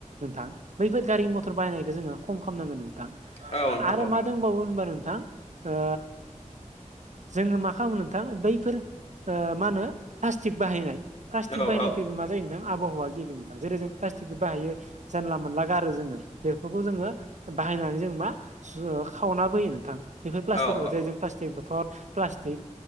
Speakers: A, on the right; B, on the left.
A: नोंथां। बैफोर गारि मथर बाहायनायखौ जोङो खम खामनांगोन नोंथां।
B: औ।
A: आरो
B: नोंथां औ
A: मा दोंबावो होनबा नोंथां ओ जोङो मा खालामो नोंथां बैफोर ओ मा होनो प्लास्टिक बाहायनाय प्लास्टिक
B: औ
A: बाहायनायनिफ्रायबो
B: औ
A: मा जायो नोंथां आबहावा गेबेंङो नोंथां जेरै जों प्लासस्टिकखौ बाहायो। जानला मानला गारो जोङो बेफोरखौ जोङो बाहायनानै जों मा ज खावनाबो होयो नोंथां। बेफोर प्लास्टिकफोरखौ
B: औ
A: जे जों प्लास्टिक बथल प्लास्टिक